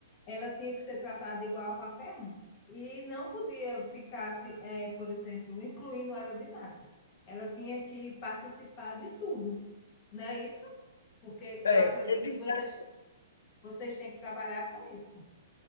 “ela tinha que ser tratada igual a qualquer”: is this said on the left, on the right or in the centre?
Left